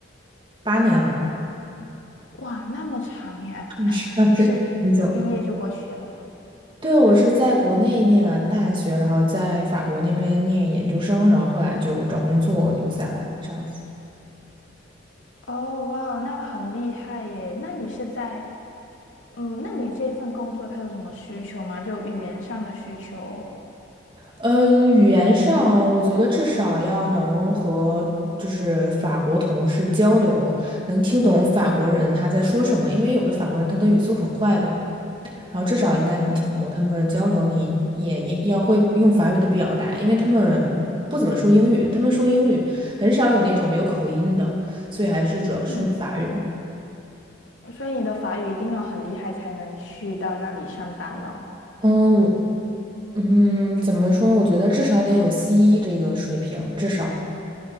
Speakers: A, on the right; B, on the left.
A: 八年了，
B: 哇，那么长呀！
A: 你是那是很久。
B: <laughs> 你是一毕业就过去了？
A: 对，我是在国内念完大学，然后在法国那边念研究生，然后后来就找工作留下来，这样子。
B: 哦，哇，那很厉害耶。那你是在，嗯，那你这份工作它有什么需求吗？就语言上的需求？
A: 嗯，语言上我觉得至少要能和就是法国同事交流，能听懂法国人他在说什么，因为有的法国人他的语速很快的，然后至少应该能听懂他们交流。
B: 对，
A: 你也也要会用法语的表达，因为他们不怎么说英语，他们说英语很少有那种没有口音的，所以还是主要是用法语。
B: 嗯。所以你的法语一定要很厉害才能去到那里上班了。
A: 嗯，嗯，怎么说？我觉得至少得有西医这个水平，至少。